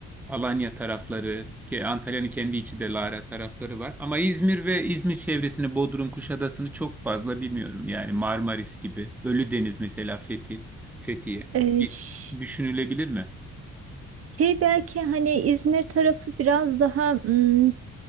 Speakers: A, in the centre; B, on the right.
A: Alanya tarafları. ki Antalya'nın kendi içi de Lara tarafları var. Ama İzmir ve İzmir çevresini Bodrum, Kuşadası'nı çok fazla bilmiyorum. Yani Marmaris gibi. Ölüdeniz mesela Fethi, Fethiye.
B: E,
A: İ-
B: ş-
A: Düşünülebilir mi?
B: şey belki hani İzmir tarafı biraz daha mm,